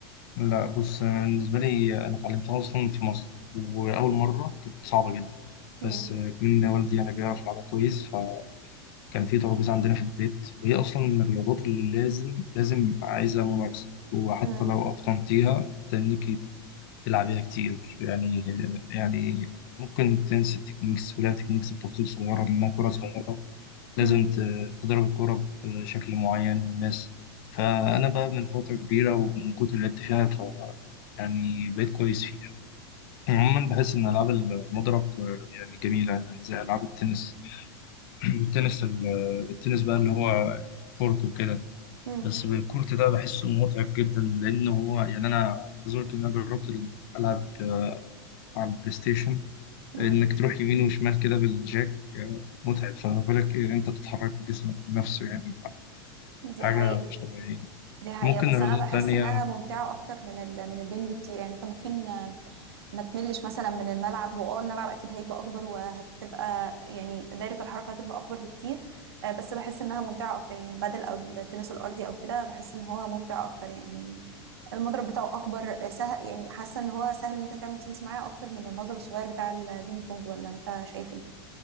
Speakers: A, on the left; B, on the right.
A: لا بص أنا بالنسبة لي أنا اتعلمتها أصلا في مصر وأول مرة كانت صعبة جدا
B: مم.
A: بس من والدي يعني بيعرف يلعبها كويس فكان في ترابيزة عندنا في البيت وهي أصلا من الرياضات اللي لازم لازم عايزة ممارسة وحتى
B: مم.
A: لو أتقنتيها تنيكي تلعبيها كتير يعني يعني ممكن تنسي التكنيكس ولها تكنيكس بتفاصيل صغيرة لأنها كرة صغيرة
B: مم.
A: لازم ت- تضرب الكورة بشكل معين والناس فأنا بقى من فترة كبيرة ومن كتر اللي لعبت فيها ف يعني بقيت كويس فيها عموما بحس إن ألعاب المضرب يعني جميلة يعني زي ألعاب التنس <clears throat> التنس ال- التنس بقى اللي هو كورت وكده
B: مم.
A: بس الكورت ده بحسه متعب جدا لأنه هو يعني أنا عايز أقول لك إن أنا جربت ألعب على البلاي ستيشن
B: مم.
A: إنك تروح يمين وشمال كده بالجاك آه، متعب فما بالك إيه أنت بتتحرك بجسمك نفسه يعني
B: دي
A: حاجة
B: حقيقة
A: مش طبيعية
B: دي حقيقة
A: ممكن
B: بس
A: رياضات
B: أنا بحس
A: تانية
B: إنها ممتعة أكتر من ال... من البنج بكتير يعني أنت ممكن آه، ما تملش مثلا من الملعب هو اه الملعب اكيد هيبقى اكبر وهتبقى يعني دايرة الحركة هتبقى اكبر بكتير آه، بس بحس انها ممتعة اكتر يعني البادل او التنس الارضي او كده بحس ان هو ممتع اكتر يعني المضرب بتاعه اكبر آه، سهل يعني حاسة ان هو سهل ان انت تعمل سنس معاه اكتر من المضرب الصغير بتاع البينج بونج ولا انت شايف ايه؟